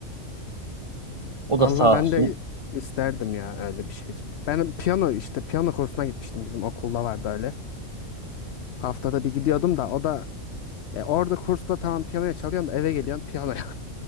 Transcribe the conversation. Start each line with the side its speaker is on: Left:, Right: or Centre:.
Right: O
Left: Valla
Right: da sağ
Left: ben
Right: olsun.
Left: de isterdim ya öyle bir şey. Ben piyano işte piyano kursuna gitmiştim bizim okulda vardı öyle. Haftada bir gidiyordum da o da E, orada kursta tamam piyanoya çalıyorsun da eve geliyorsun piyanoya. <laughs>